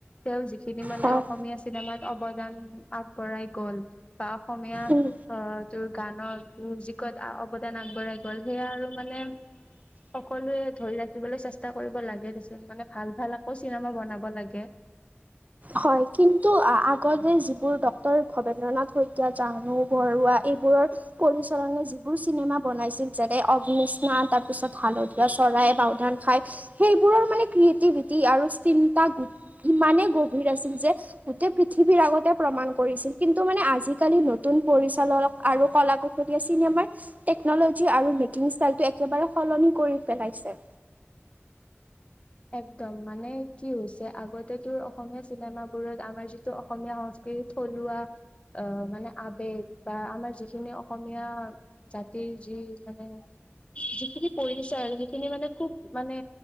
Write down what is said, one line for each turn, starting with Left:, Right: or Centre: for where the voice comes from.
Left: তেওঁ যিখিনি মানে
Right: হয়
Left: অসমীয়া চিনেমাত অৱদান পাঠ বঢ়াই গ'ল বা অসমীয়া
Right: উম
Left: অ, তোৰ গানত মিউজিকত, অৱদান আগবঢ়াই গ'ল সেয়া আৰু মানে সকলোৱে ধৰি ৰাখিবলৈ চেষ্টা কৰিব লাগে দেচোন, মানে ভাল ভাল আকৌ চিনেমা বনাব লাগে।
Right: হয়, কিন্তু আ-আগতে যিবোৰ ডাক্তৰ ভবেন্দ্ৰনাথ শইকীয়া, জাহ্নু বৰুৱা এইবোৰৰ পৰিচলনে যিবোৰ চিনেমা বনাইছিল যেনে অভিনিষ্ণা তাৰ তাৰপিছত হালধীয়া চৰাই বাও ধান খাই। সেইবোৰৰ মানে ক্ৰিয়েটিভিটি আৰু চিন্তা ইমানে গ ভিৰ আছিল যে গোটেই পৃথিৱীৰ আগতে প্ৰমাণ কৰিছিল কিন্তু মানে আজিকালি ন নতুন পৰিচালক আৰু ক'লা কুঁহুদীয়া চিনেমাৰ টেকনলজি আৰু মেকিং ষ্টাইলটো একেবাৰে সলনি কৰি পেলাইছে।
Left: একদম মানে কি হৈছে আগতে তোৰ অসমীয়া চিনেবোৰত আমাৰ যিটো অসমীয়া সংস্কৃ সংস্কৃতি কি থলুৱা অহ, মানে আৱেগ বা আমাৰ যিখিনি অসমীয়া জাতিৰ যি মানে যিখিনি কৰিছে আৰু। সেইখিনি মানে খুব মানে